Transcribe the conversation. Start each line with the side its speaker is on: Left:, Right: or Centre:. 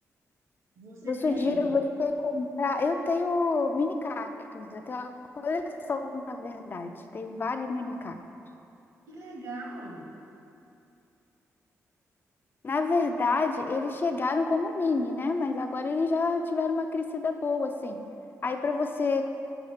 Right: Você
Left: Eu sugiro
Right: tem?
Left: você comprar. Eu tenho mini cactos, eu tenho uma coleção, na verdade. Tenho vários mini cactos.
Right: Que legal!
Left: Na verdade, eles chegaram como mini, né? Mas agora eles já tiveram uma crescida boa, assim. Aí, para você,